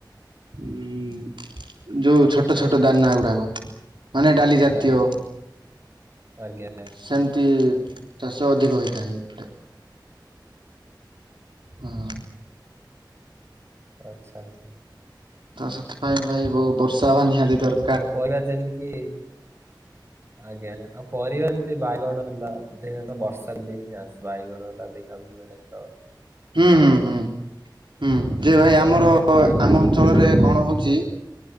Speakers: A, on the right; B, on the right.
A: ଉଁ ଯୋଉ ଛୋଟ ଛୋଟ ଦାନା ଗୁଡାକ ମାନେ ଡାଲି ଜାତୀୟ
B: ଆଜ୍ଞା ଆଜ୍ଞା ଆଜ୍ଞା
A: ସେମ ତି ଚାଷ ଅଧିକ ହୋଇଥାଏ। ହଁ।
B: ଆଚ୍ଛା।
A: ତ ସେଥିପାଇଁ ଭାଇ ବହୁ ବର୍ଷା ହବା ନିହାତି ଦର
B: ଆଉ ପରିବା ଯେନକୀ
A: <inaudible>
B: ଆଜ୍ଞା ଆ ଆଉ ପରିବା ଏମିତି ବାଇଗଣ ହେଲା ଅଧିକାନ୍ତ ବର୍ଷା ଦିନେ ହିଁ ବାଇଗଣ ଟା ଅଧିକା ହୁଏ। ମିଳେ ତ।
A: ହୁଁ ହୁଁ ହୁଁ ଯେ ଭାଇ
B: ତ
A: ଆମର
B: ମାନେ ବାଇଗଣ
A: ଆମ ଅଞ୍ଚଳରେ କଣ ହଉଛି